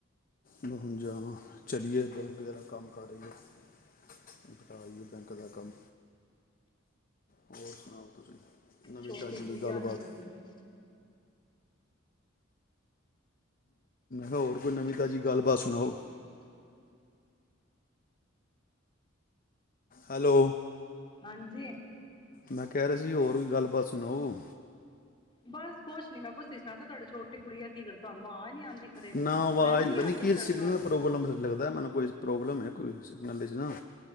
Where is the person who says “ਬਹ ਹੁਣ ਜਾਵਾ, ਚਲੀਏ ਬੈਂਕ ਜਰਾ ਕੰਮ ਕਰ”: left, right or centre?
Left